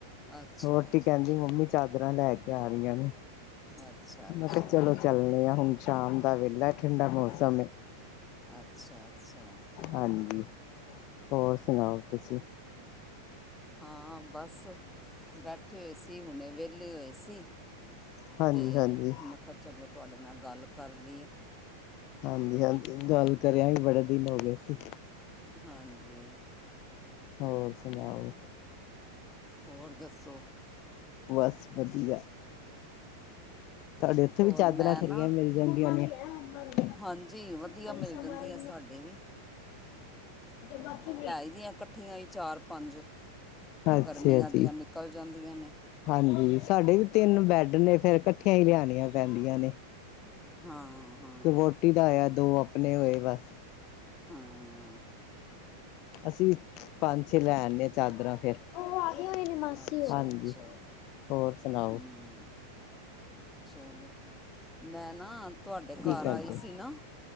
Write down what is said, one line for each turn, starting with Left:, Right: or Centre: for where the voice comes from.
Centre: ਅੱਛਾ
Left: ਬੋਟੀ ਕਹਿੰਦੀ ਮੰਮੀ ਚਾਦਰਾਂ ਲੈ ਕੇ ਆ ਰਹੀਆਂ ਨੇ
Centre: ਅੱਛਾ ਅੱਛਾ
Left: ਮੈਂ ਕਿਹਾ ਚਲੋ ਚੱਲਣੇ ਆਾਂ ਹੁਣ ਸ਼ਾਮ ਦਾ ਵੇਹਲਾ ਠੰਡਾ ਮੌਸਮ
Centre: ਅੱਛਾ-ਅੱਛਾ,
Left: ਹਾਂਜੀ ਹੋਰ ਸੁਣਾਓ ਤੁਸੀਂ?
Centre: ਹਾਂ ਬਸ ਬੈਠੇ ਹੋਏ ਸੀ ਹੁਣੇ ਵੇਲੇ, ਲੇ ਹੋਏ ਸੀ
Left: ਹਾਂਜੀ
Centre: ਤੇ
Left: ਹਾਂਜੀ
Centre: ਮੈਂ ਕਿਹਾ ਚਲੋ ਤੁਹਾਡੇ ਨਾਲ ਗੱਲ ਕਰ ਲਈਏ।
Left: ਹਾਂਜੀ ਹਾਂਜੀ ਗੱਲ ਕਰਿਆ ਵੀ ਬੜੇ ਦਿਨ ਹੋ ਗਏ ਸੀ।
Centre: ਹਾਂਜੀ
Left: ਹੋਰ ਸੁਣਾਓ?
Centre: ਹੋਰ ਦੱਸੋ?
Left: ਬਸ ਵਧੀਆ ਤੁਹਾਡੇ ਉੱਥੇ
Centre: ਹੋਰ
Left: ਵੀ ਚਾਦਰਾਂ
Centre: ਮੈਂ
Left: ਖਰੀਆਂ
Centre: ਨਾ
Left: ਮਿਲ ਜਾਂਦੀਆਂ ਨੇ ਤੂੰ
Centre: ਹਾਂਜੀ ਵਧੀਆ
Left: ਖਾਲ
Centre: ਮਿਲ
Left: ਸ
Centre: ਜਾਂਦੀਆਂ
Left: ਮਾਰ
Centre: ਸਾਡੇ ਵੀ
Left: ਬਾਕੀ
Centre: ਇਹਦੀਆਂ ਇਕੱਠੀਆਂ ਹੀ ਚਾਰ ਪੰਜ
Left: ਅੱਛਾ
Centre: ਗਰਮੀਆਂ ਦੀਆਂ
Left: ਜੀ
Centre: ਨਿਕਲ ਜਾਂਦੀਆਂ ਨੇ।
Left: ਹਾਂਜੀ ਸਾਡੇ ਵੀ ਤਿੰਨ ਬੈਡ ਨੇ ਫੇਰ ਕੱਠੀਆਂ ਈ ਲਿਆਣੀਆਂ ਪੈਂਦੀਆਂ ਨੇ।
Centre: ਹਾਂ ਹਾਂ
Left: ਕ ਵੋਟੀ ਦਾ ਆਇਆ ਦੋ ਆਪਣੇ ਹੋਏ ਬਸ।
Centre: ਹਹਾਂ
Left: ਅਸੀਂ ਵੀ ਪੰਜ ਛੇ ਲੈਣੇ ਅ ਚਾਦਰਾਂ ਫੇਰ। ਏ ਵਲੀ ਮਾਸੀ
Centre: ਅੱਛਾ
Left: ਏ ਹਾਂਜੀ
Centre: ਅੱਛਾ
Left: ਹੋਰ ਸਣਾਓ।
Centre: ਹੂੰ ਚਲੋ ਮੈਂ ਨਾ ਤੁਹਾਡੇ ਘਰ
Left: ਕੀ ਕਰਦੇ
Centre: ਆਈ ਸੀ ਨਾ।